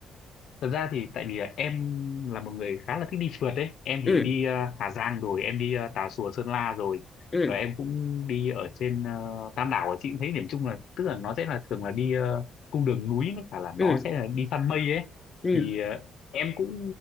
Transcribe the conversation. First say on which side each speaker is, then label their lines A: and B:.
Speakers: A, on the left; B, on the left.
A: thật ra thì tại vì là em là một người khá là thích đi phượt đấy em thì
B: ừ
A: đi ờ, Hà Giang rồi em đi ờ, Tà Xùa Sơn La rồi
B: ừ
A: và em cũng đi ở trên ờ, Tam Đảo ở chị cũng thấy điểm chung là tức là nó sẽ là thường là đi ờ, cung đường núi với cả là nó
B: ừ
A: sẽ là đi săn mây ấy
B: ừ
A: thì ờ, em cũng